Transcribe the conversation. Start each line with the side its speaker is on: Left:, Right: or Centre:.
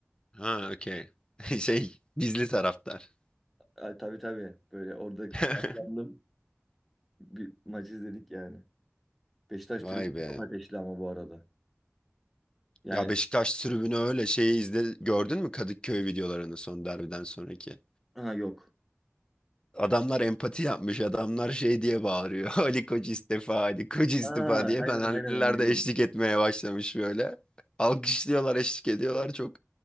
Left: Ha okey. <laughs> Şey gizli taraftar.
Centre: Ay, tabii tabii. Böyle orada
Left: <laughs>
Centre: saklandım. Bir maç izledik yani. Beşiktaş
Left: Vay
Centre: tribünü
Left: be.
Centre: çok ateşli ama bu arada. Yani
Left: Ya Beşiktaş tribünü öyle şeyi izle gördün mü Kadıköy videolarını son derbiden sonraki?
Centre: ha yok.
Left: Adamlar empati yapmış. Adamlar şey diye bağırıyor. <laughs> Ali Koç istifa, Ali Koç istifa
Centre: Ha,
Left: diye
Centre: aynen
Left: fenerliler
Centre: aynen onu gördüm.
Left: de eşlik etmeye başlamış böyle. Alkışlıyorlar, eşlik ediyorlar. Çok